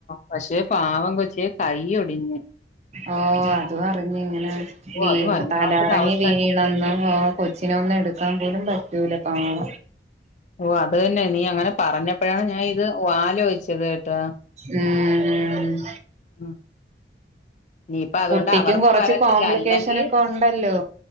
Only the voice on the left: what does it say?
പക്ഷെ പാവം കൊ പച്ചേ കൈ ഒടിഞ്ഞ്
ഓ
അത് വല്ലാത്തൊരവസ്ഥ
ഓ അത് തന്നെ നീ അങ്ങനെ പറഞ്ഞപ്പോഴാണ് ഞാൻ ഇത് വാല വെച്ചത് കേട്ട്
ഉ നീപ്പ അതുകൊണ്ട്
അവർക്ക്
വരത്തില്ല
അല്ലെങ്കിൽ